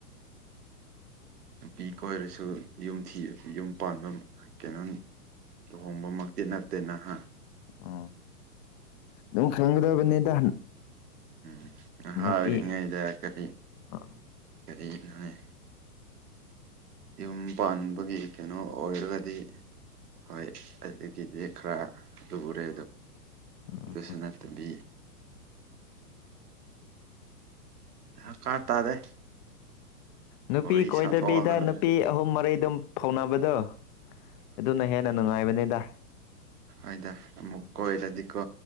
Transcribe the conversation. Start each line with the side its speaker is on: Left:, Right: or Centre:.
Right: ꯅꯨꯄꯤ ꯀꯣꯏꯔꯁꯨ ꯌꯨꯝꯤ ꯌꯨꯝ ꯄꯥꯟꯕ ꯀꯩꯅꯣ ꯂꯨꯍꯣꯡꯕꯃꯛꯇꯤ ꯅꯠꯇꯦ ꯅꯍꯥ
Left: ꯎ ꯑꯗꯨꯝ ꯈꯪꯒꯗꯕꯅꯤꯗ
Right: ꯎꯝ
Left: ꯅꯨꯄꯤ
Right: ꯍꯥꯎꯔꯤ ꯏꯉ ꯏꯗ ꯀꯔꯤ
Left: ꯎꯝ
Right: ꯀꯔꯤꯅꯅꯦ ꯌꯨꯝ ꯄꯥꯟꯕꯒꯤ ꯀꯩꯅꯣ ꯑꯣꯏꯔꯒꯗꯤ ꯍꯣꯏ ꯑꯗꯨꯒꯤꯗꯤ ꯈꯔ ꯂꯨꯔꯦ
Left: ꯎꯝ
Right: ꯑꯗꯣ ꯁꯅꯥꯠꯇꯕꯤ ꯑ ꯀꯥ ꯇꯥꯗꯦ
Left: ꯅꯨꯄꯤ
Right: ꯋꯥꯔꯤ
Left: ꯀꯣꯏꯗꯕꯤꯗ
Right: ꯁꯥꯊꯣꯛꯑꯒ ꯂꯣꯏꯔꯦ
Left: ꯅꯨꯄꯤ ꯑꯍꯨꯝ ꯃꯩꯗꯨꯝ ꯐꯧꯅꯕꯗꯣ ꯑꯗꯨꯅ ꯍꯦꯟꯅ ꯅꯨꯡꯉꯥꯏꯕꯅꯤꯗ
Right: ꯍꯥꯏꯗ ꯑꯃꯨꯛ ꯀꯣꯏꯔꯗꯤꯀꯣ